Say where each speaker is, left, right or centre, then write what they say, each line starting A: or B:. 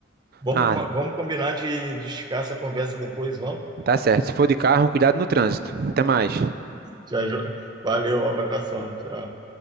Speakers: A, on the right (about 20°); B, on the right (about 50°).
A: Vamos,
B: Ah,
A: vamos combinar de, de esticar essa conversa depois, vamos?
B: tá certo. Se for de carro, cuidado no trânsito. Até mais.
A: Te aju- Valeu, um abração. Tchau.